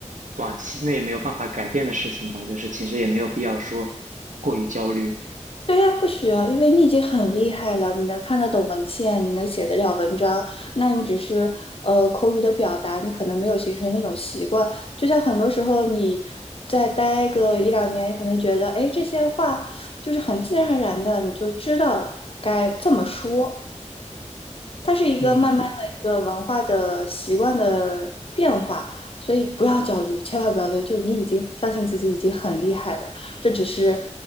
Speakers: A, on the right; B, on the left.
A: 短期内没有办法改变的事情吧，就是其实也没有必要说过于焦虑。
B: 对呀，不需要，因为你已经很厉害了，你能看得懂文献，你能写得了文章，那你只是呃口语的表达，你可能没有形成那种习惯。就像很多时候你再待个一两年，你可能觉得，哎，这些话就是很自然而然的，你就知道该这么说。它是一个慢慢的一个文化的习惯的变化，
A: 嗯
B: 所以不要焦虑，千万不要焦虑，就是你已经相信自己已经很厉害了，这只是